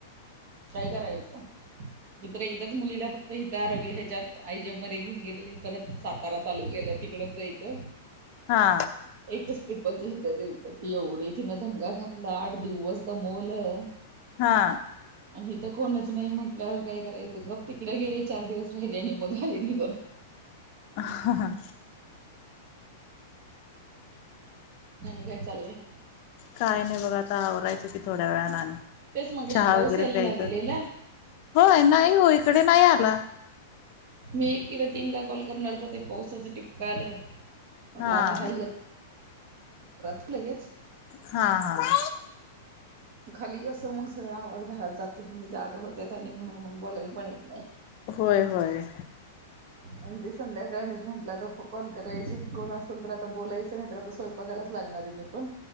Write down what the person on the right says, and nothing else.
काय करायचं मी्र एकदाच मुलीला फक्त हता आरोग्य ह्याच्यात आयजप मध्ये घेऊन गेलेले परतचा सारा तालुक्याला तिकडच जायचं
एकच ट्रिपलच हिथं दिल तर ती एवढी तिनं दंगा घातला आठ दिवस दमवलं
आणि हिथं कोणच नाही म्हटल्यावर काय करायचं गप्प तिकडे गेले चार दिवस राहिले आणि मग आले निघून
आणि काय चाललंय
तेच मगशी
पाऊस
यायला
लागलेला
मी एकीला तीनला कॉल करणार होते, तर ते पावसाचं टिपक आलं म्हटलं
आता हाय ह्य रात्री लगेच
खाली कस मग सगळा आवाज घरात जातो. ह्यांनी जाग होतात आणि म्हणून मग बोलाय पण येत नाही.
आणि ते संध्याकाळनच म्हटलं आता फो कॉल करायचे. कोण असेल तर आता बोलायचं, नाही तर आता स्वयंपाकायलाच लागणार आहे मी पण.